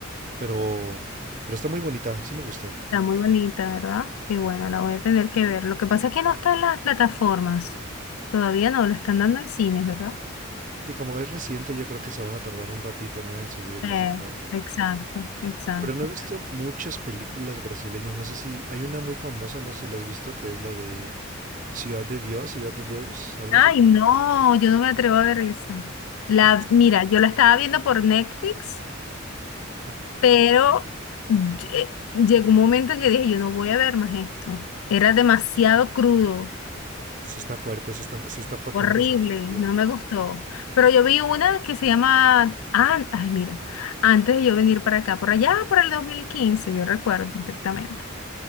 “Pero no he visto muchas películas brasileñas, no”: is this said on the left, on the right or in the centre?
Right